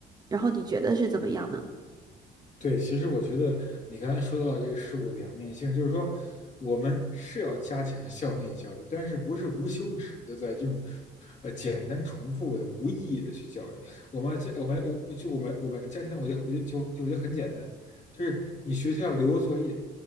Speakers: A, on the right; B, on the left.
A: 然后你觉得是怎么样呢？
B: 对，其实我觉得你刚才说到的这个事物的两面性，就是说我们是要加强校内教育，但是不是无休止的在这种呃简单重复的无意义的去教育。我们家我们我我就我们我们家庭我就我就就就我觉得很简单，就是你学校留个作业，